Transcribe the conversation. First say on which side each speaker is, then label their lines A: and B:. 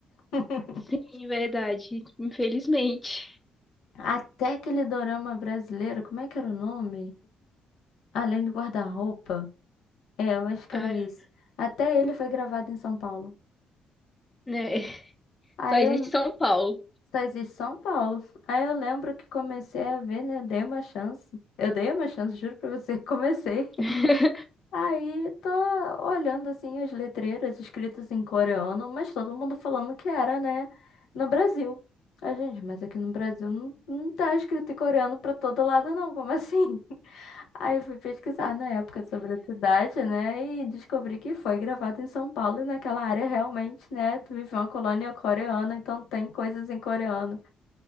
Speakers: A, on the left; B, on the left.
A: <laughs>
B: Sim, verdade, infelizmente.
A: Até aquele dorama brasileiro, como é que era o nome? Além do guarda-roupa. É, eu acho que
B: Ah,
A: era isso. Até ele foi gravado em São Paulo.
B: né? <laughs>
A: Aí
B: Só existe
A: eu
B: São Paulo.
A: só existe São Paulo. Aí eu lembro que comecei a ver, né? Dei uma chance. Eu dei uma chance, juro pra você, <laughs> comecei.
B: <laughs>
A: Aí tô olhando assim as letreiras escritas em coreano, mas todo mundo falando que era, né, no Brasil. A gente, mas aqui no Brasil não, não tá escrito em coreano pra todo lado não, como assim? <laughs> Aí eu fui pesquisar na época sobre a cidade, né, e descobri que foi gravado em São Paulo e naquela área realmente, né, tu vive uma colônia coreana, então tem coisas em coreano.